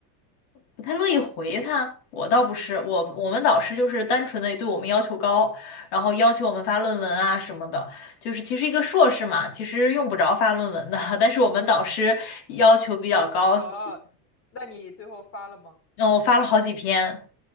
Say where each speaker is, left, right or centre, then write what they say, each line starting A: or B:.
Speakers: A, on the left (about 60°); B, on the left (about 25°).
A: 不太乐意回他。我倒不是，我我们导师就是单纯的对我们要求高，然后要求我们发论文啊什么的。就是其实一个硕士嘛，其实用不着发论文的，<laughs> 但是我们导师要求比较高，
B: 哦，
A: 所以
B: 那你最后发了吗？
A: 嗯，我发了好几篇，